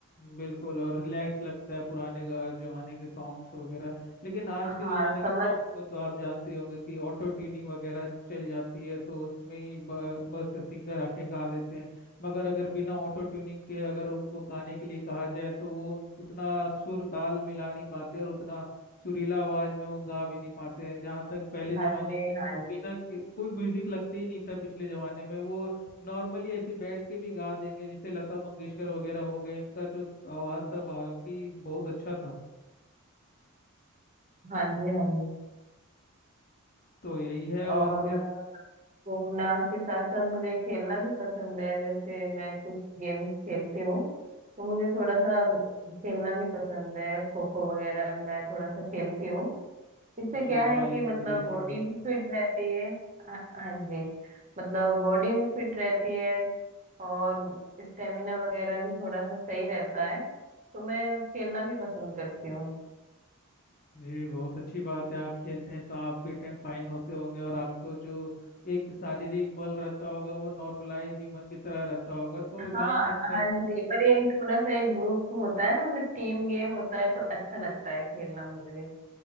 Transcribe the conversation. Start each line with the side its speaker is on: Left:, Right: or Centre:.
Left: बिल्कुल और रिलैक्स लगता है पुराने का जमाने के सॉन्ग्स वगैरह लेकिन आज
Right: हाँ
Left: के जमाने के
Right: समझ
Left: सॉन्ग्स को तो आप जानते ही होंगे कि ऑटो ट्यूनिंग वगैरह चल जाती है तो उसमें ही ब, बस सिंगर आके गा देते हैं मगर अगर बिना ऑटो ट्यूनिंग के अगर उनको गाने के लिए कहा जाए तो वो उन- उतना सुर ताल मिला नहीं पाते और उतना सुरीला आवाज में वो गा भी नहीं पाते हैं जहाँ तक पहले जमाने
Right: हाँ जी
Left: के तो
Right: हाँ जी
Left: बिना के, कोई म्यूजिक लगते ही नहीं था पिछले जमाने में वो नॉर्मली ऐसे बैठ के भी गा देंगे जैसे लता मंगेशकर वगैरह हो गए इनका जो आवाज़ था बाकी बहुत अच्छा था
Right: हाँ जी हाँ जी
Left: तो यही है और
Right: और
Left: जी
Right: मैं घूमना के साथ साथ मुझे खेलना भी पसंद है जैसे मैं कुछ गेम्स खेलती हूँ तो मुझे थोड़ा सा घू- खेलना भी पसंद है खो खो वगैरह मैं थोड़ा सा खेलती हूँ इससे क्या
Left: जी वाह
Right: है कि
Left: ये तो
Right: मतलब
Left: बड़ी अच्छी
Right: बॉडी
Left: बात
Right: भी
Left: है
Right: फिट रहती है हाँ हाँ जी मतलब बॉडी भी फिट रहती है और स्टेमिना वगैरह भी थोड़ा सा सही रहता है तो मैं खेलना भी पसंद करती हूँ
Left: जी बहुत अच्छी बात है आप खेलते हैं तो आप फिट एंड फाइन होते होंगे और आपको जो एक शारीरिक बल रहता होगा वो नॉर्मलाइज ह्यूमन की तरह रहता होगा तो
Right: हाँ
Left: जहाँ तक मैं
Right: हाँ जी पर ये थोड़ा सा एक ग्रुप होता है ना मतलब टीम गेम होता है तो अच्छा लगता है खेलना मुझे